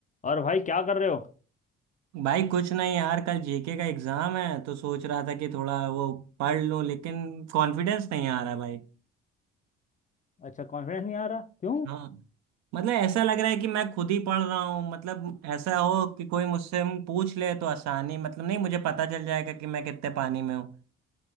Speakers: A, on the left; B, on the right.
A: और भाई क्या कर रहे हो
B: भाई कुछ नहीं यार कल जीके का एग्जाम है तो सोच रहा था कि थोड़ा वो पढ़ लूं लेकिन कॉन्फिडेंस नहीं आ रहा भाई
A: अच्छा कॉन्फिडेंस नहीं आ रहा क्यों
B: हाँ मतलब ऐसा लग रहा है कि मैं खुद ही पढ़ रहा हूँ मतलब ऐसा हो कि कोई मुझसे हम पूछ ले तो आसानी मतलब नहीं मुझे पता चल जाएगा कि मैं कितने पानी में हूँ